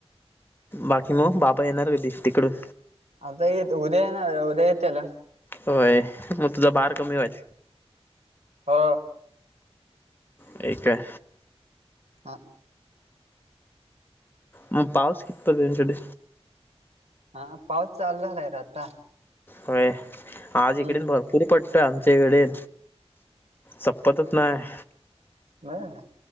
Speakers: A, on the left; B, on the right.
A: बाकी मग बाबा येणार कधी तिकडून?
B: आता उद्या येणार उद्या येेत्याल.
A: होय, मग तुझा भार कमी व्हायल?
B: हो.
A: ठीक ये.
B: हा.
A: मग पाऊस किती तुमच्याकडे?
B: हा पाऊस चालू झालाय र आता.
A: हो आज
B: हम्म
A: इकडे भरपूर पड आमच्याकडे, संपतच नाही
B: नाही..